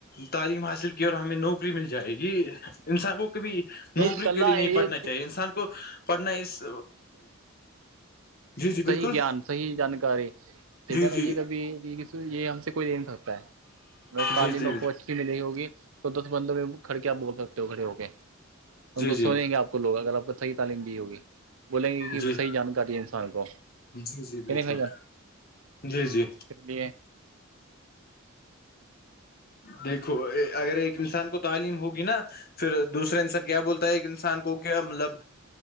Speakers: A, on the left (about 50°); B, on the right (about 80°).
A: تعلیم حاصل کی اور ہمیں نوکری مل جائے یہ انسان کو بھی
B: نہیں
A: نوکری
B: کل
A: کے لیے نہیں
B: یہ
A: پڑھنا چاہیے انسان کو پڑھنا اس جی جی بالکل
B: صیح جان صحیح جانکاری ٹھیک
A: جی
B: ہے نا
A: جی
B: یہ کبھی یہ ہم سے کوئی لے نہیں سکتا ہے اگر تعلیم
A: جی جی
B: آپ کو اچھی ملی ہوگی تو دس پندرہ میں کھڑ کے آپ بول سکتے ہو کھڑے ہو کے
A: جی
B: ان کو
A: جی
B: سوچیں گے آپ کو لوگ اگر آپ کو صحیح تعلیم دی ہوگی بولیں گے کہ
A: جی
B: صحیح جانکاری ہے انسان کو
A: جی جی بالکل
B: نہیں بھائی جان
A: جی جی
B: اس لیے
A: دیکھو اگر ایک انسان کو تعلیم ہوگی نا پھر دوسرے انسان کیا بولتا ہے ایک انسان کو کیا مطلب